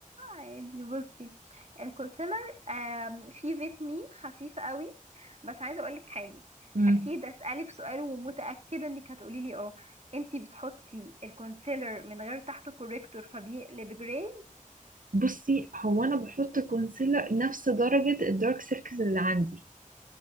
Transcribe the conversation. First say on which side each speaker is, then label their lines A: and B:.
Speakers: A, on the right; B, on the right.
A: عادي بصي الكونسيلر آم، فيه فيتامين خفيف قوي بس عايزه اقولك حاجه
B: امم
A: اكيد اسالك سؤال ومتاكده انك هتقولي لي اه انتي بتحطي الكونسيلر من غير تحته كوريكتور فبيقلب جراي
B: بصي هو انا بحط كونسيلر نفس درجة الدارك سيركلز اللي عندي